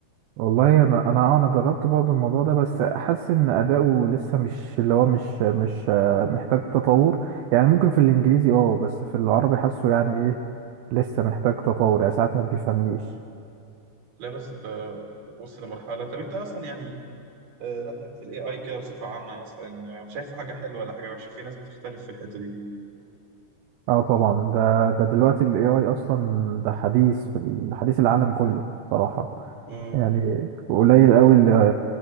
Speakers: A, on the right; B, on the right.
A: والله انا انا اه انا جربت برضه الموضوع ده بس حاسس ان اداؤه لسه مش اللي هو مش مش آه، محتاج تطور يعني ممكن في الانجليزي اه بس في العربي حاسه يعني ايه لسه محتاج تطور يعني ساعات ما بيفهمنيش
B: لا بس انت وصل لمرحلة طب انت اصلا يعني آه، رأيك في الاي اي كده بصفة عامة اصلا آه، شايفه حاجة حلوة ولا حاجة وحشة في ناس بتختلف في الحتة دي
A: اه طبعا ده ده دلوقتي ال AI اصلا ده حديث في ال- حديث العالم كله صراحة
B: امم
A: يعني قليل قوي اللي